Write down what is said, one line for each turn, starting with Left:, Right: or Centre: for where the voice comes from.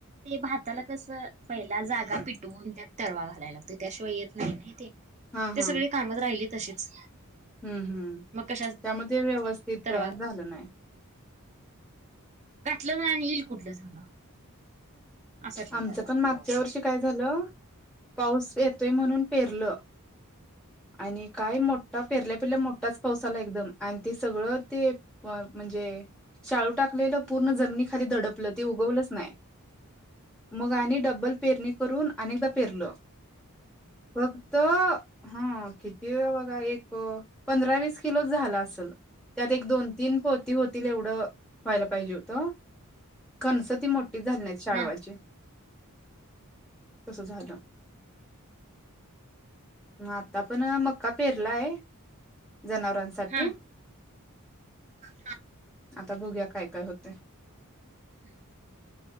Right: ते भाताला कस पहिला जागा पिटवून त्यात तरवा घालायला लागतोय. त्याशिवाय येत नाही नाही ते.
Centre: हा हा
Right: ते सगळी कामच राहिली तशीच.
Centre: हम्म हम्म,
Right: मग कशा
Centre: त्यामध्ये व्यवस्थित
Right: तरवा
Centre: झाल नाही.
Right: घातल ना आणि येईल कुठल सांगा. असं शिजायला
Centre: आमच पण मागच्या
Right: तो आपण
Centre: वर्षी काय झाल पाऊस येतोय म्हणून पेरल. आणि काय मोठा, पेरल्या पेरल्या मोठाच पाऊस आला एकदम. आणि ते सगळ ते म्हणजे शाळू टाकलेल पूर्ण जमिनी खाली धडपल. ते उगवलच नाही. मग आनी डब्बल पेरणी करून अनेकदा पेरल. फक्त हा किती वेळ बघा, एक पंधरा, वीस किलोच झाल असल. त्यात एक दोन तीन पोती होतील एवढ व्हायला पाहिजे हो त. कणस ती मोठी झाली नाहीत शाळवाची.
Right: हा
Centre: म्हणजे तस झाल. आता पण मक्का पेरलाय. जनावरांसाठी
Right: हा <unintelligible>
Centre: आता बघुया काय काय होत.
Right: हम्म हम्म